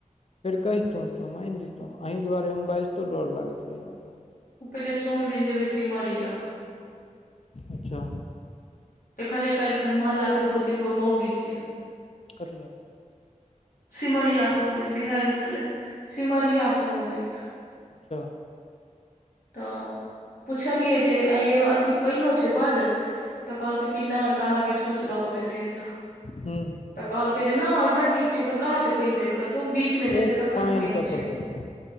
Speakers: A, on the left; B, on the left.
A: फेर कहितौं तऽ हम ऐन दयतौं अहीं दुआरे हम बाइजतो डर लागैत रहैया हमरा।
B: पहिले सोम दिन जेबै सीमरिया।
A: अच्छा।
B: देखलियै कैल खन मोहल्ला के दूगो तीन गो मौगी के।
A: कथिलै?
B: सिमरिया सऽ अबैत बिहैर उठलै सिमरिया सऽ अबैत।
A: अच्छा।
B: तऽ पुछलियै जे आंय यो अथी पइनो छैय बड्ड? तऽ कहलकै कि नहि काना के इस्कूल से लऽ कऽ अबैत रहियै। तह
A: हूँ
B: तऽ कहलकै जे नहि बड नीक छैय एखन कहाँ छै पैन-तैन कतौ बी बीच में जेतै
A: एक
B: तखन
A: पानि
B: पैन
A: कतऽसँ
B: छैय
A: एतै